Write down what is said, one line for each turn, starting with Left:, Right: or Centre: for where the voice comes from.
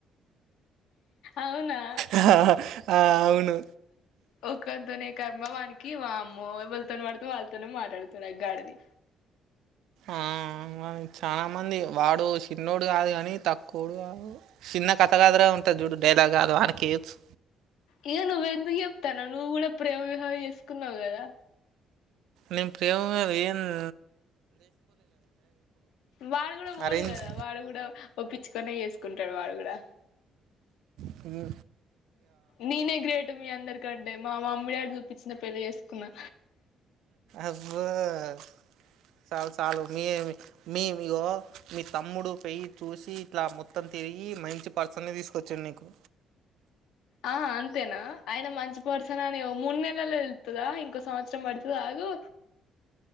Left: అవునా
Right: ఆ హా అవును
Left: ఒకనితొనే కర్మా వానికి కి అమ్మో ఏవాళ్ళతోని బాడితే వాళ్ళతోను మాట్లాడుతాడు ఆ గాడిది
Right: ఆ మ చాలా మంది వాడు చిన్నోడు కాదు కాని తక్కువోడు కాదు చిన్న కథ కాదుర ఉంటాది చూడు డైలాగ్ కాదు వానకి ఏయోచ్చు
Left: ఇక నువ్వెందుకు చెప్తాండవు నువ్వు కూడా ప్రేమ వివాహం చేసుకున్నావు కదా
Right: నేను ప్రేమ కాదు ఏంద్
Left: వాడు కూడా పోడు
Right: అరేంజ్
Left: కదా వాడు కూడా ఒప్పించుకునే చేసుకుంటాడు వాడు కూడా
Right: పుల్లు
Left: నేనే గ్రేట్ మీ అందరికంటే మా మమ్మీ వాళ్ళు చూపించిన పెళ్లి చేసుకున్నా
Right: అవ్వ చాలు చాలు మీ మీ మియో మీ తమ్ముడు పెళ్లి చూసి ఇట్లా మొత్తం తిరిగి మంచి పర్సన్ నే తీసుకొచ్చిండు నీకు
Left: ఆ అంతేనా ఆయన మంచి పర్సన్ అని మూడు నెలల్లో తెళ్తుదా ఇంకో సంవత్సరం పడు అగు